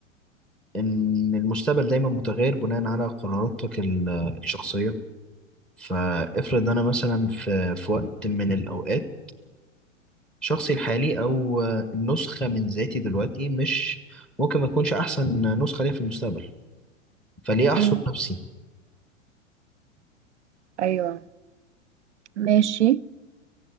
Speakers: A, in the centre; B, on the right.
A: ان المستقبل دايما متغير بناء على قراراتك ال- الشخصيه فافرض انا مثلا في في وقت من الاوقات شخصي الحالي او النسخه من ذاتي دلوقتي مش ممكن ما تكونش احسن نسخه ليا في المستقبل فليه احصر
B: مم.
A: نفسي
B: ايوه ماشي